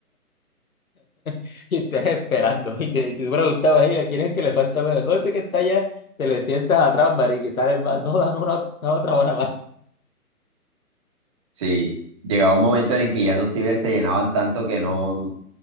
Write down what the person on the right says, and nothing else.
Sí, llegaba un momento en el que ya esos ciber se llenaban tanto que no,